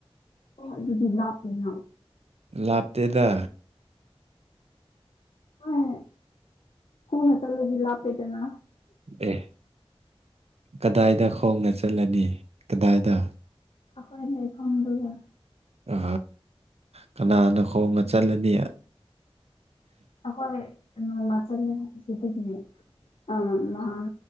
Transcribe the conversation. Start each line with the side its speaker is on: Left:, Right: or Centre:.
Left: ꯑꯣ ꯑꯗꯨꯗꯤ ꯂꯥꯞꯄꯦꯅ
Right: ꯂꯥꯞꯇꯦꯗ
Left: ꯑ ꯍꯨꯝ ꯈꯣꯡꯅ ꯆꯥꯠ ꯂꯥꯗ ꯂꯞ ꯄꯦꯗꯅ
Right: ꯑꯦ ꯀꯗꯥꯏꯗ ꯈꯣꯡꯅ ꯆꯠꯂꯅꯤ ꯀꯗꯥꯏꯗ
Left: ꯑꯩꯈꯣꯏ ꯂꯩꯐꯝꯗ
Right: ꯑ ꯀꯅꯥꯅ ꯈꯣꯡꯅ ꯆꯠꯂꯅꯤ
Left: ꯑꯩꯈꯣꯏ ꯅꯣꯡꯃꯆꯜ ꯁꯤꯗꯒꯤ ꯑ ꯅꯍꯟ